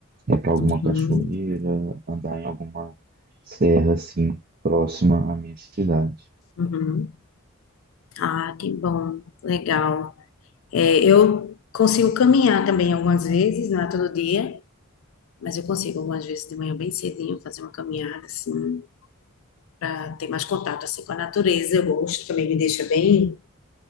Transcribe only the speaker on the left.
uhum,
uhum. Ah, que bom, legal. É, eu consigo caminhar também algumas vezes, não é todo dia. Mas eu consigo algumas vezes de manhã bem cedinho fazer uma caminhada assim para ter mais contato assim com a natureza. Eu gosto, também me deixa bem,